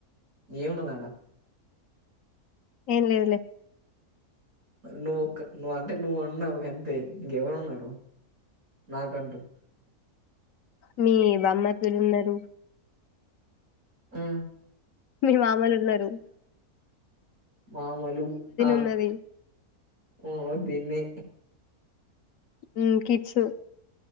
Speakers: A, on the right; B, on the left.
A: ఏమున్నదాడ
B: ఏం లేదులే
A: నువ్వోక్క నువ్వు అంటే నువ్వు ఉన్నావ్ గంతే ఇంకెవరున్నరు నాకంటు
B: మీ బామ్మర్థులున్నరు
A: ఉ
B: మీ మామలున్నరు
A: మామలు ఆ
B: ఉన్నది
A: ఒ దిన్నే
B: ఉమ్ కిడ్స్